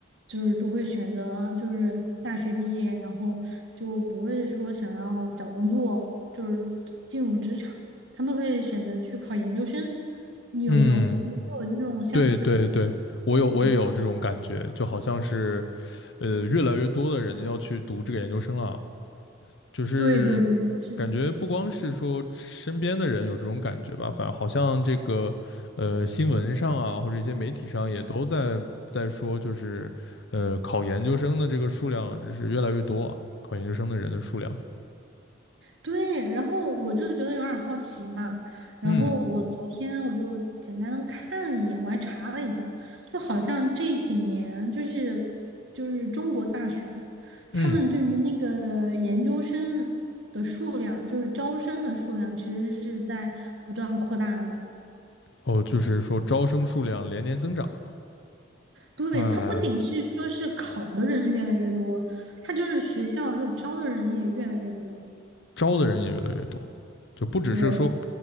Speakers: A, on the right (about 65°); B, on the left (about 60°).
A: 就是都会选择就是大学毕业，然后就不会说想要找工作，就是 <tsk> 进入职场，他们会选择去考研究生。你有没有你有没有那种像
B: 嗯，对对对，我有我也有这种感觉，
A: 这种
B: 就好像是呃，越来越多的人要去读这个研究生了，就是感觉不光是说身边的人有这种感觉吧，
A: 对对对，就是的。
B: 反正好像这个呃新闻上啊，或者一些媒体上也都在在说，就是呃考研究生的这个数量就是越来越多啊，考研究生的人的数量，
A: 对，然后我就觉得有点儿好奇嘛，然后我昨天我就简单的看了一眼，
B: 嗯
A: 我还查了一下，就好像这几年就是就是中国大学，
B: 嗯，
A: 他们对于那个研究生的数量，就是招生的数量，其实是在不断扩大的。
B: 哦，就是说招生数量连年增长。
A: 对，
B: 呃，
A: 它不仅是说是考的人越来越多，它就是学校就招的人也越来越多。
B: 招的人也越来越多，就不只是说，
A: 对。